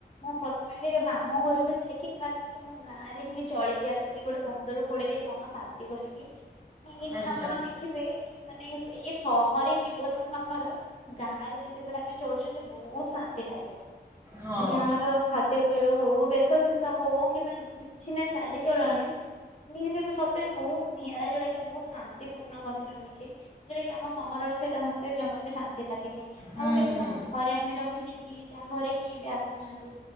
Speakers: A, on the left; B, on the right.
A: ମୁଁ ପ୍ରଥମେ ହେ ମାମୁଁ ଘରକୁ ଯାଇକି ଫାଷ୍ଟ ମୋ ଗାଁ ରେ ହିଁ ଚଳିକି ଆସିଥିଲି ଗୋଟେ ପନ୍ଦରରୁ କୋଡିଏ ଦିନି ମନ ଶାନ୍ତି କରିକି କାହିଁକିନା
B: ଆଚ୍ଛା
A: ଆପଣ <unintelligible> ଦେଖିବେ ମାନେ <unintelligible> ଇଏ ସହରୀ ଜୀବନଠୁ ଆମର ଗାଁ ରେ ଯେତେବେଳେ ଆମେ ଚଳୁଚନ୍ତି ବୋହୁତ ଶାନ୍ତି ଲାଗେ
B: ହଁ
A: ଗାଁ ର ଖାଦ୍ୟପେୟ ହୋଉ ବେଶଭୂଷ ହୋଉ କିମ୍ବା କିଛି ନା ଚାଲିଚଲଣି <unintelligible> ସତରେ ବୋହୁତ ନିଆରା ଯୋଉଟା କି ବୋହୁତ ଶାନ୍ତିପୂର୍ଣ୍ଣ ମଧ୍ୟ ରହିଚି। ଯୋଉଟା କି ଆମ ସହରରେ ସେଇଟା ମତେ ଜମା ବି ଶାନ୍ତି ଲାଗେନି
B: ହୁଁ
A: ଆଉ ହେଇଚି
B: ହୁଁ
A: କଣ ଘରେ ଆମେ ରହିଲି। ଯିଏ ଯା ଘରେ କିଏ ବି ଆସୁନାହାନ୍ତି।